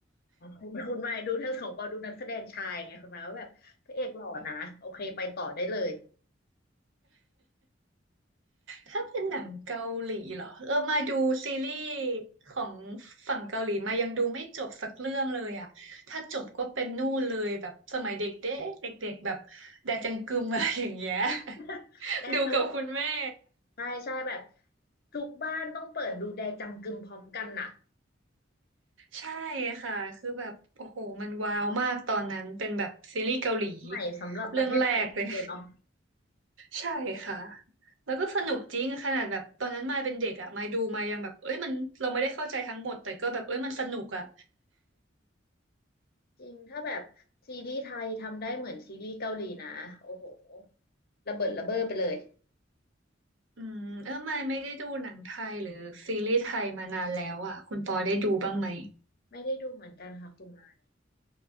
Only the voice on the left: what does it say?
อ๋อคุณคุณมายดูทั้งสองปอดูนักแสดงชายไงคุณมายว่าแบบพระเอกหล่อนะโอเคไปต่อได้เลย
<laughs>
แดจัง
ใช่ใช่แบบทุกบ้านต้องเปิดดูแดจังกึมพร้อมกันน่ะ
ใหม่สำหรับประเทศไทยมากเลยเนาะ
จริงถ้าแบบซีรีส์ไทยทำได้เหมือนซีรีส์เกาหลีนะโอ้โหระเบิดระเบ้อไปเลย
ไม่ได้ดูเหมือนกันค่ะคุณมาย